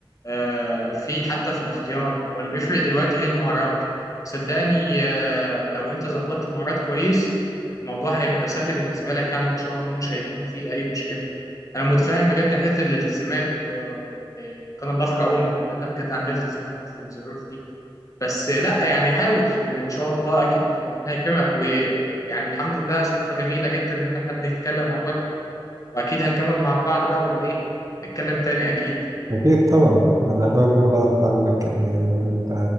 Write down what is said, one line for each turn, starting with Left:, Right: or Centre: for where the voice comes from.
Left: آه، في حتى في الاختيار هو اللي بيفرق دلوقتي هي المهارات صدقني آه، لو انت ظبطت المهارات كويس الموضوع هيبقى سهل بالنسبة لك يعني ان شاء الله مش هيكون في اي مشكلة انا متفاهم بجد حته الالتزامات و- كان الله في العون كلنا بجد عندنا التزامات في الظروف دي بس لا يعني حاول وان شاء الله اكيد ربنا هيكرمك ويعني الحمد لله صدفه جميله جدا ان احنا بنتكلم اهوت واكيد هنكمل مع بعض بقى ولا ايه نتكلم تاني اكيد
Right: اكيد طبعا انا حابب برضه اعرف عنك يعني انت